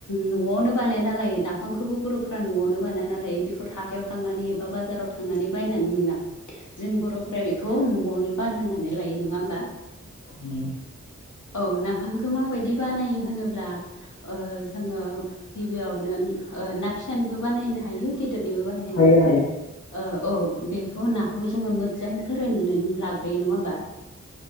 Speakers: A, on the left; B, on the left.
A: न'आवनो बानायना लायो नाफामखौबो बर'फ्रा न'आवनो बानायना लायो बे हाथथायाव थांनानै एबा बाजाराव थांनानै बायनानै मोना जों बर'फोरा बेखौ न'आवनो बान होनानै लायो नङा होमबा?
B: <inaudible>
A: औ नाफामखौ माबायदि बानायो होनोब्ला ओ जोङो गिबियावनो ना फिसानिबो बानायनो हायो गेदेरनिबो बानायहाय
B: हायो
A: नायहाय
B: हायो
A: आऔ बेखौ ना बेखौ जोङो मोजाङै फोररायनानै लाग्रोयो नङा होमबा